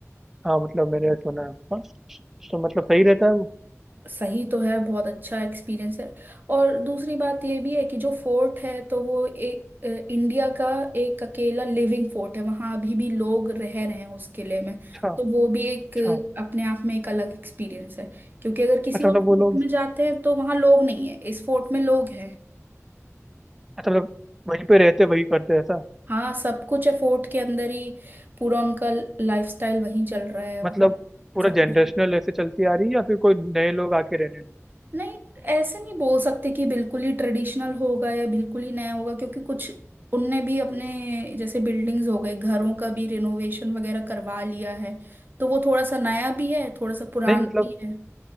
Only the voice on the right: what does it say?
सही तो है बहुत अच्छा एक्सपीरियंस है और दूसरी बात यह भी है कि जो फोर्ट है तो वो एक अ, इंडिया का एक अकेला लिविंग फोर्ट है वहाँ अभी भी लोग रह रहे हैं उस किले में
तो वो भी
एक अ, अपने आप में एक अलग एक्सपीरियंस है क्योंकि अगर किसी
और फोर्ट
में जाते हैं तो वहाँ लोग नहीं है इस फोर्ट में लोग हैं
हाँ सब कुछ है फोर्ट के अंदर ही पूरा उनका लाइफस्टाइल वहीं चल रहा है वहाँ
सब
कुछ
नहीं ऐसे नहीं बोल सकते कि बिल्कुल ही ट्रेडिशनल होगा या बिल्कुल ही नया होगा क्योंकि कुछ उनने भी अपने जैसे बिल्डिंग्स हो गए घरों का भी रिनोवेशन वगैरह करवा लिया है तो वो थोड़ा सा नया भी है थोड़ा सा पुराना
भी है